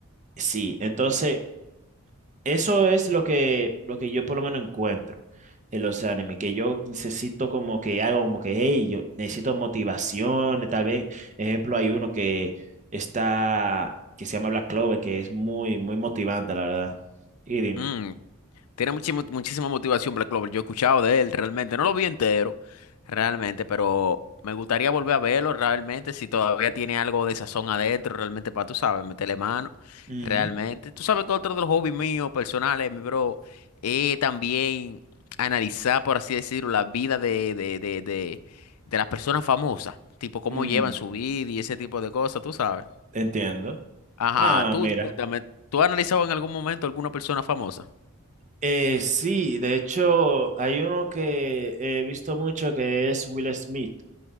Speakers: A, on the right; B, on the left.
A: Sí, entonces, eso es lo que, lo que yo por lo menos encuentro en los animes, que yo necesito como que algo como que, hey, yo necesito motivación. Tal vez, ejemplo, hay uno que está, que se llama Black Clover, que es muy, muy motivante, la verdad. Y dime.
B: Mm, Tiene muchísimo- muchísima motivación Black Clover. Yo he escuchado de él realmente. No lo vi entero, realmente, pero me gustaría volver a verlo realmente. Si todavía tiene algo de sazón adentro, realmente, para tú sabes, meterle mano.
A: Ujú.
B: Realmente. Tú sabes que otro de los hobbies míos, personales, mi bro, es también analizar, por así decirlo, la vida de, de, de, de, de las personas famosas. Tipo, cómo
A: Mm,
B: llevan su vida y ese tipo de cosas, tú sabes.
A: entiendo.
B: Ajá,
A: Ah,
B: tú
A: mira.
B: cuéntame, ¿tú has analizado en algún momento alguna persona famosa?
A: Eh, sí, de hecho, hay uno que he visto mucho que es Will Smith.